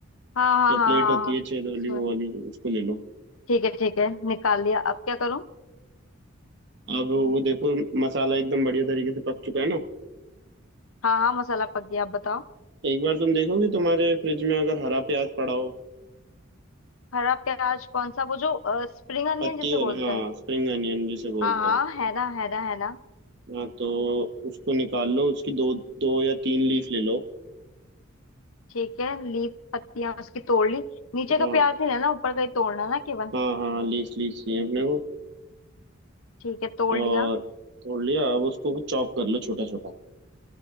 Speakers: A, on the left (about 85°); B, on the right (about 55°).
A: हाँ हाँ
B: या
A: हाँ
B: प्लेट
A: हाँ
B: होती
A: हाँ
B: है छेद वाली
A: इसमें
B: वो वाली उसको ले लो
A: ठीक है ठीक है निकाल लिया अब क्या करूँ
B: अब वो देखो मसाला एकदम बढ़िया तरीके से पक चुका है ना
A: हाँ हाँ मसाला पक गया अब बताओ
B: एक बार तुम देखो कि तुम्हारे फ्रिज में अगर हरा प्याज पड़ा हो
A: हरा प्याज कौन सा वो जो स्प्रिंग अनियन
B: पत्ती
A: जिसे
B: वाला
A: बोलते
B: हाँ
A: हैं
B: स्प्रिंग अनियन जिसे बोलते
A: हाँ हाँ
B: हैं
A: है ना है ना है ना
B: हाँ तो उसको निकाल लो उसकी दो दो या तीन लीफ ले लो
A: ठीक है लीफ पत्तियां उसकी तोड़ ली नीचे
B: हाँ
A: का प्याज नहीं लेना ऊपर का ही तोड़ना ना केवल
B: हाँ हाँ लीफ लीफ चाहिए अपने को
A: ठीक है तोड़
B: और
A: लिया
B: तोड़ लिया अब उसको चॉप कर लो छोटा छोटा